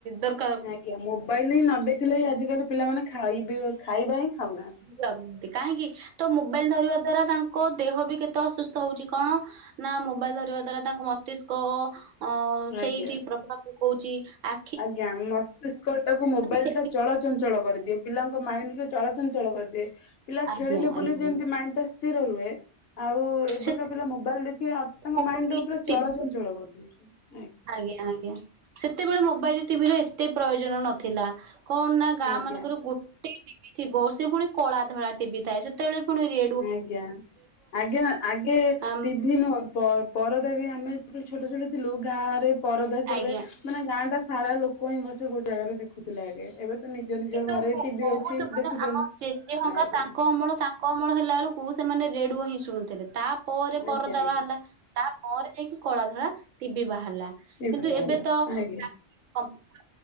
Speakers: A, on the right (about 85°); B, on the left (about 60°).
A: ଦର
B: ଆଜ୍ଞା ମୋବାଇଲ ନଦେଖିଲେ ଆଜିକାଲି ପିଲାମାନେ ଖାଇବି ଖାଇବା ହିଁ ଖାଉନା
A: ଲାଗୁ କାହିଁକି ତ ମୋବାଇଲ ଧରିବା ଦ୍ଵାରା ତାଙ୍କ ଦେହ ବି କେତେ ଅସୁସ୍ଥ ହଉଛି କଣ ନା ମୋବାଇଲ ଧରିବା ଦ୍ଵାରା ତାଙ୍କ ମସ୍ତିଷ୍କ ଅ ସେଇଠି
B: ଆଜ୍ଞା।
A: ପ୍ରଭାବ ପକଉଛି, ଆ
B: ଆଜ୍ଞା ମସ୍ତିଷ୍କଟାକୁ ମୋବାଇଲ
A: ସେ
B: ଟା ଚଳଚଞ୍ଚଳ କରିଦିଏ, ପିଲାଙ୍କ ମାଇଣ୍ଡକୁ ଚଳ ଚଳ କରିଦିଏ। ପିଲା
A: ଆଜ୍ଞା
B: ଖେଳିଲେ ବୁଲି
A: ଆଜ୍ଞା
B: ଯେମିତି ମାଇଣ୍ଡ ଟା ସ୍ଥିର ରୁହେ ଆଉ ଏବେକା
A: ସେତେ
B: ପିଲା ମୋବାଇଲ ଦେଖିକି ତାଙ୍କ
A: ମୋବାଇଲ
B: ମାଇଣ୍ଡ ଟା ଉପରେ
A: ଟିଭି
B: ଚଳଚଞ୍ଚଳ କରିଦଉ
A: ଆଜ୍ଞା ଆଜ୍ଞା ସେତେବେଳେ ମୋବାଇଲ ଟିଭି ର ଏତେ ପ୍ରୟୋଜନ ନଥିଲା। କଣ ନା ଗାଁ
B: ଆଜ୍ଞା
A: ମାନଙ୍କର ଗୋଟେ ଟିଭି ଥିବ ସେ ପୁଣି କଳା ଧଳା ଟିଭି ଥାଏ ସେତେବେଳେ ପୁଣି ରେ
B: ଆଜ୍ଞା ଆଜ୍ଞା ଆଗେ
A: ଆମ୍
B: ଟିଭି ନୁହଁ ପ ପରଦା ବି ଆମେ ଯେତବେଳେ ଛୋଟ ଛୋଟ ଥିଲୁ ଗାଁ ରେ ପରଦା ଚାଲେ।
A: ଆଜ୍ଞା
B: ମାନେ ଗାଁଟା ସାରା ଲୋକ ହିଁ ବସି ଗୋଟେ ଜାଗାରେ ଦେ ଦେଖୁଥିଲେ ଆଗେ, ଏବେ ତ ନିଜ ନିଜ
A: କିନ୍ତୁ
B: ଘରେ
A: ବ-
B: ଟିଭି ଅଛି
A: ବହୁତ ମାନେ
B: ଦେଖୁଛନ୍ତି।
A: ଆମ ଜେଜେ ହଙ୍କା
B: ଆଜ୍ଞା।
A: ତାଙ୍କ ଅମଳ ତା କମଳ ହେଲା ବେଳକୁ ସେମାନେ ରେଡି଼ଓ ହିଁ ଶୁଣୁଥିଲେ ତା ପରେ ପରଦା
B: ଆଜ୍ଞା ଆଜ୍ଞା
A: ବାହାରିଲା ତା ପରେ ଯାଇକି କଳା ଧଳା ଟିଭି ବାହାରିଲା
B: ଟିଭି
A: କିନ୍ତୁ
B: ବାଲା
A: ଏବେ ତ
B: ଆଜ୍ଞା।
A: <unintelligible>